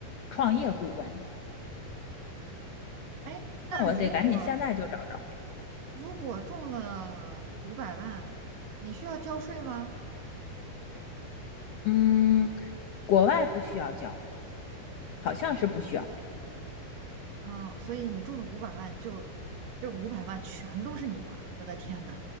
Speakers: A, on the left; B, on the right.
A: 创业顾问。
B: 哎，那如果
A: 那我得赶紧现在就找找。
B: 如果中了五百万，你需要交税吗？
A: 嗯，国外不需要交，好像是不需要。
B: 哦，所以你中了五百万就，这五百万全都是你的，我的天呐，